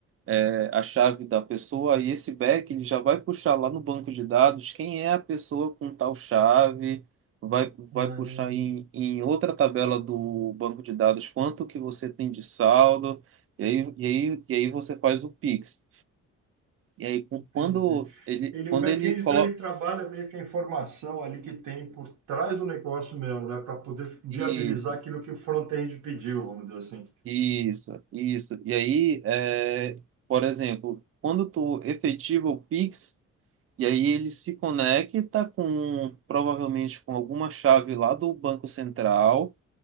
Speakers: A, on the right; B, on the right.
A: é, a chave da pessoa e esse back ele já vai puxar lá no banco de dados quem é a pessoa com tal chave, vai, vai
B: ah,
A: puxar em, em outra tabela do banco de dados quanto que você tem de saldo, e aí, e aí, e aí você faz o Pix. E aí cu-
B: entendi.
A: quando ele,
B: Ele,
A: quando
B: o back-end,
A: ele coloca
B: então, ele trabalha meio que a informação ali que tem por trás do negócio mesmo, né? Para poder viabilizar
A: isso,
B: aquilo que o front-end pediu, vamos dizer assim.
A: isso, isso, e aí, é, por exemplo, quando tu efetiva o Pix E aí ele se conecta com provavelmente com alguma chave lá do Banco Central,